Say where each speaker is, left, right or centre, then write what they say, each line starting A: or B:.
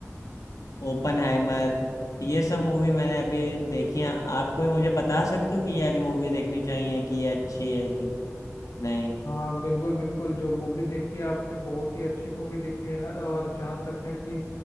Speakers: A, on the left (about 85°); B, on the left (about 75°).
A: ओपनहाइमर ये सब मूवी मैंने अभी देखी हैं आप कोई मुझे बता सकते हो कि ये वाली मूवी देखनी चाहिए कि ये अच्छी है कि नहीं
B: हाँ बिल्कुल बिल्कुल जो मूवी देखी है आपने बहुत ही अच्छी मूवी देखी है यार और जहाँ तक है कि